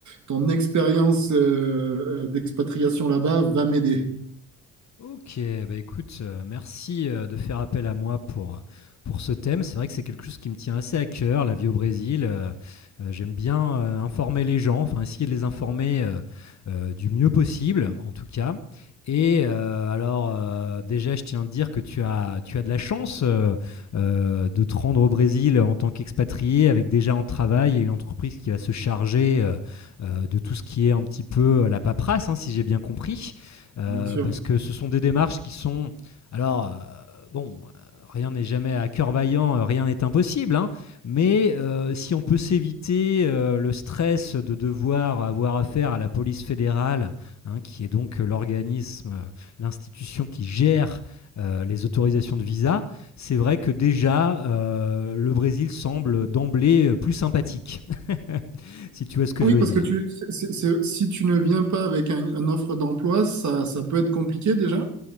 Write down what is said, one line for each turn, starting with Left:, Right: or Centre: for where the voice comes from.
Right: ton expérience euh, euh, d'expatriation là-bas va m'aider,
Left: Ok, bah écoute, euh, merci euh, de faire appel à moi pour, euh, pour ce thème. C'est vrai que c'est quelque chose qui me tient assez à cœur, la vie au Brésil. Euh, euh, j'aime bien euh, informer les gens, enfin essayer de les informer euh, euh, du mieux possible, en tout cas. Et euh, alors, euh, déjà, je tiens à te dire que tu as, tu as de la chance euh, euh, de te rendre au Brésil en tant qu'expatrié, avec déjà un travail et une entreprise qui va se charger euh, euh, de tout ce qui est un petit peu la paperasse, hein, si j'ai bien compris euh,
Right: bien sûr.
Left: parce que ce sont des démarches qui sont... Alors, euh, bon, rien n'est jamais à cœur vaillant, euh, rien n'est impossible, hein, mais euh, si on peut s'éviter euh, le stress de devoir avoir affaire à la police fédérale, hein, qui est donc l'organisme, euh, l'institution qui gère euh, les autorisations de visa, c'est vrai que déjà, euh, le Brésil semble d'emblée euh, plus sympathique, <laughs> si tu vois ce que
Right: Oui,
Left: je veux
Right: parce
Left: dire.
Right: que tu, c'est- c'est- c'est- si tu ne viens pas avec un- une offre d'emploi, ça, ça peut être compliqué déjà.